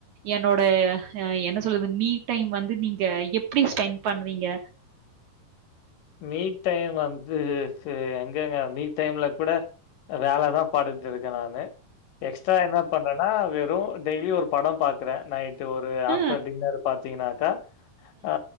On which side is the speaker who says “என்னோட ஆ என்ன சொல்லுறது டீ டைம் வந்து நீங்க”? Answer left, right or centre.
Right